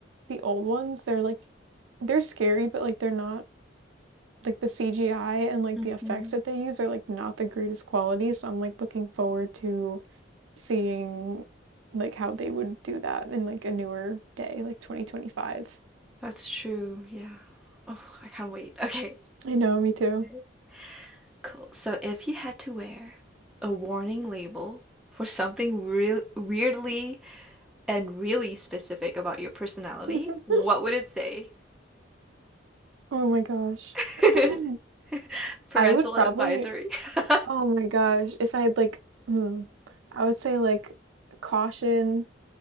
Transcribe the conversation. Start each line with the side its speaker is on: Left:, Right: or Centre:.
Right: the old ones, they're like, they're scary, but like they're not like the CGI and like
Centre: Mhm.
Right: the effects that they use are like not the greatest quality. So I'm like looking forward to seeing like how they would do that in like a newer day, like 2025.
Centre: That's true, yeah. Oh, I can't wait. <laughs> Okay.
Right: I know, me too.
Centre: Excited. Cool. So if you had to wear a warning label for something real weirdly and really specific about your personality,
Right: <laughs>
Centre: what would it say?
Right: Oh my gosh.
Centre: <laughs>
Right: <clears throat>
Centre: Parental
Right: I would probably
Centre: advisory. <laughs>
Right: Oh my gosh. If I had like, hmm, I would say like caution,